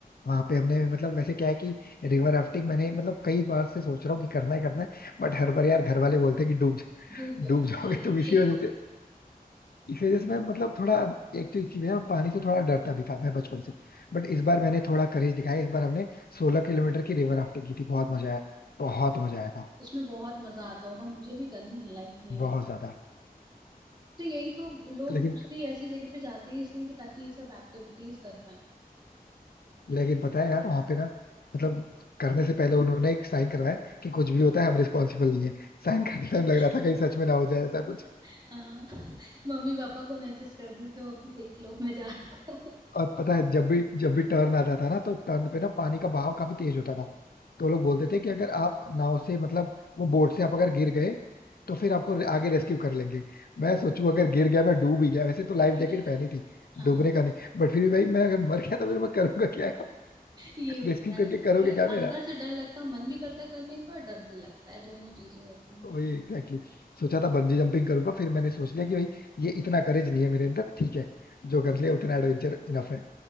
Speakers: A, on the left; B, on the right.
A: वहां पे हमने मतलब वैसे क्या है कि रिवर राफ्टिंग मैंने मतलब कई बार से सोच रहा हूँ कि करना ही करना है बट हर बार यार घर वाले बोलते हैं कि डूब
B: धूप हाँ,
A: डूब जाओगे
B: ये
A: तुम इसी
B: यही
A: वजह इस वजह से मैं मतलब थोड़ा एक तो इसी में और पानी से थोड़ा डरता भी था मैं बचपन से बट इस बार मैंने थोड़ा करेज दिखाया इस बार हमने सोलह किलोमीटर की रिवर राफ्टिंग की थी बहुत मजा आया बहुत मजा आया था
B: उसमें बहुत मजा आता होगा मुझे भी करनी है लाइफ में एक।
A: बहुत ज्यादा
B: तो यही तो लोग
A: लेकिन
B: मोस्टली ऐसी जगह पे जाते हैं इसलिए कि ताकि ये सब एक्टिविटीज कर पाए
A: लेकिन पता है यार वहां पे ना मतलब करने से पहले उन्होंने एक साइन करवाया कि कुछ भी होता है हम रिस्पॉन्सिबल नहीं है साइन करते
B: <laughs>
A: टाइम लग रहा था कहीं सच में ना हो जाए ऐसा कुछ
B: <laughs> हाँ मम्मी पापा को मैसेज कर दूं कि वो भी देख लो मैं जा रहा हूँ <laughs>
A: और पता है जब भी जब भी टर्न आता था ना तो टर्न पे ना पानी का बहाव काफी तेज होता था तो वो लोग बोलते थे कि अगर आप नाव से मतलब वो बोट से आप अगर गिर गए तो फिर आपको आगे रेस्क्यू कर लेंगे मैं सोचू अगर गिर गया मैं डूब ही गया वैसे तो लाइफ
B: क्योंकि
A: जैकेट पहनी थी
B: हाँ
A: डूबने का नहीं बट फिर भी भाई मैं अगर मर गया तो फिर मैं करूंगा क्या
B: ये होता
A: रेस्क्यू करके
B: है
A: करोगे
B: डर
A: क्या
B: अंदर
A: मेरा
B: से डर लगता है मन भी करता है करने का और डर भी लगता है दोनों चीजें होती हैं
A: वही एग्जैक्टली exactly. सोचा था बंजी जंपिंग करूंगा फिर मैंने सोच लिया कि भाई ये इतना करेज नहीं है मेरे अंदर ठीक है जो कर लिया उतना एडवेंचर इनफ है